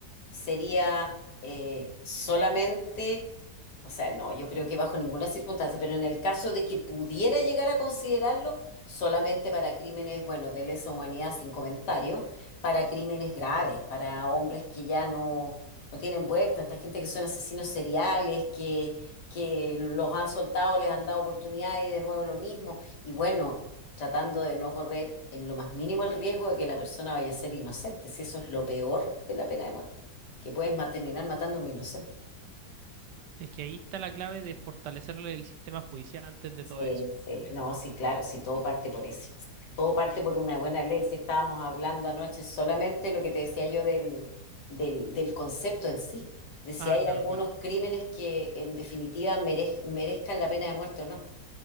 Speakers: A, on the left; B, on the right.
A: sería eh, solamente, o sea, no, yo creo que bajo ninguna circunstancia, pero en el caso de que pudiera llegar a considerarlo, solamente para crímenes, bueno, de lesa humanidad sin comentario, para crímenes graves, para hombres que ya no, no tienen vuelta, esta gente que son asesinos seriales, que que los han soltado, les han dado oportunidades y de nuevo lo mismo. Y bueno, tratando de no correr en lo más mínimo el riesgo de que la persona vaya a ser inocente. Si eso es lo peor de la pena de muerte, que puedes ma- terminar matando a un inocente.
B: Es que ahí está la clave de fortalecerle el sistema judicial antes de
A: Sí,
B: todo eso.
A: sí. No, sí, claro, sí, todo parte por eso. Todo parte por una buena ley. Si estábamos hablando anoche solamente lo que te decía yo del, del, del concepto en sí, de si
B: Ah,
A: hay
B: claro,
A: algunos
B: claro.
A: crímenes que en definitiva merez- merezcan la pena de muerte o no.